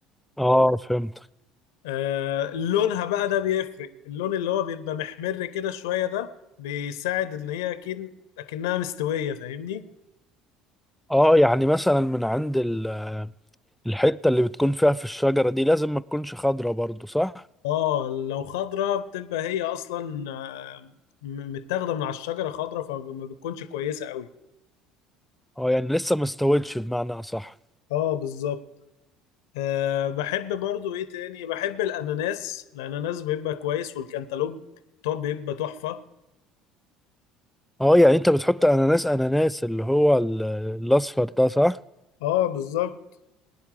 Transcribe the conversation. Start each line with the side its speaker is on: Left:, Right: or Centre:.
Centre: اه فهمتك
Left: آه، لونها بقى ده بيفرق اللون اللي هو بيبقى محمر كده شوية ده بيساعد ان هي اكيد اكنها مستوية فاهمني
Centre: اه يعني مثلا من عند ال- الحتة اللي بتكون فيها في الشجرة دي لازم ما تكونش خضرة برضو صح؟
Left: اه لو خضرة بتبقى هي اصلا آه، م- متاخدة من على الشجرة خضرة فما بتكونش كويسة قوي
Centre: اه يعني لسه ما استوتش بمعنى اصح
Left: اه بالظبط أه بحب برضو ايه تاني بحب الاناناس الاناناس بيبقى كويس والكنتالوب طب بيبقى تحفة
Centre: اه يعني انت بتحط اناناس اناناس اللي هو ال- الاصفر ده صح؟
Left: اه بالظبط